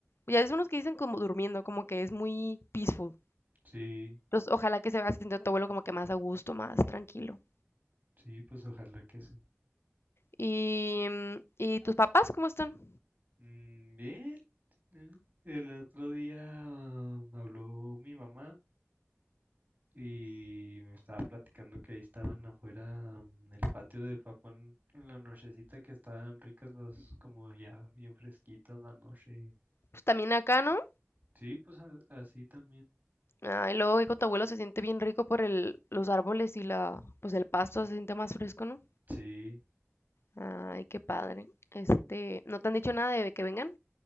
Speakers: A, on the left; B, on the right.
A: ya es unos que dicen como durmiendo, como que es muy peaceful.
B: sí,
A: Entonces, ojalá que se vaya haciendo tu abuelo como que más a gusto, más tranquilo.
B: sí, pues ojalá que sí.
A: Y, mm, ¿y tus papás cómo están?
B: Mm, bien, eh, El otro día ah, me habló mi mamá y me estaba platicando que ahí estaban afuera mm, en el patio de Papón en la nochecita que estaban ricas las, como ya bien fresquitas la noche.
A: Pues también acá, ¿no?
B: Sí, pues a- así también.
A: Ah, y luego digo, tu abuelo se siente bien rico por el, los árboles y la, pues el pasto se siente más fresco, ¿no?
B: Sí,
A: Ay, qué padre. Este, ¿no te han dicho nada de que vengan?